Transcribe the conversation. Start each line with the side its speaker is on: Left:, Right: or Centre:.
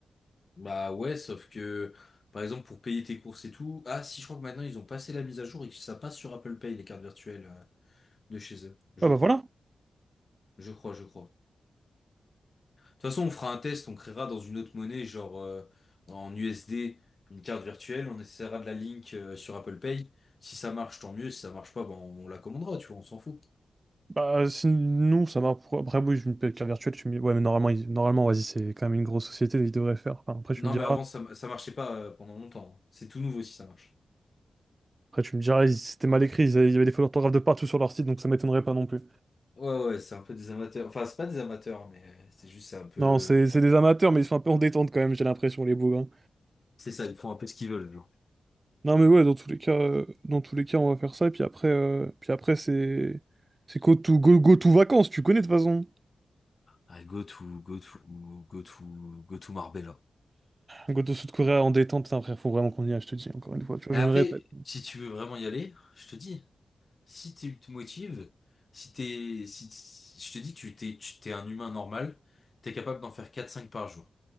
Left: Bah ouais, sauf que, par exemple, pour payer tes courses et tout, ah si je crois que maintenant ils ont passé la mise à jour et que ça passe sur Apple Pay, les cartes virtuelles euh, de chez eux. Je
Right: Ouais, bah,
Left: crois.
Right: voilà.
Left: Je crois, je crois. De toute façon, on fera un test, on créera dans une autre monnaie, genre euh, en USD, une carte virtuelle, on essaiera de la link euh, sur Apple Pay. Si ça marche, tant mieux. Si ça marche pas, ben on la commandera, tu vois, on s'en fout.
Right: Bah, si nous, ça m'a. Après, oui, je me paye une carte virtuelle, tu me dis, ouais, mais normalement, ils- normalement, vas-y, c'est quand même une grosse société, ils devraient faire. Enfin, après,
Left: Non
Right: tu me diras,
Left: mais avant ça, ça marchait pas euh, pendant longtemps. hein. C'est tout nouveau si ça marche.
Right: après, tu me diras, ils- c'était mal écrit, ils avaient- il y avait des fautes d'orthographe de partout sur leur site, donc ça m'étonnerait pas non plus.
Left: Ouais ouais, c'est un peu des amateurs. Enfin, c'est pas des amateurs, mais euh, c'est juste c'est un peu.
Right: Non, c'est c'est des amateurs, mais ils sont un peu en détente quand même, j'ai l'impression, les bougs. hein.
Left: C'est ça, ils font un peu ce qu'ils veulent.
Right: Non mais ouais, dans tous les cas, euh, dans tous les cas, on va faire ça. Et puis après, euh, puis après c'est c'est go to go, go to vacances. Tu connais de toute façon.
Left: Ah, go to, go to, go to, go to Marbella.
Right: Go to Sud Korea en détente. Putain, frère, faut vraiment qu'on y aille. Je te dis encore une fois. Tu vois,
Left: Et
Right: je
Left: après,
Right: me répète.
Left: si tu veux vraiment y aller, je te dis, si tu te motives, si t'es, si, si- je te dis, tu t'es, tu- t'es un humain normal, t'es capable d'en faire quatre cinq par jour.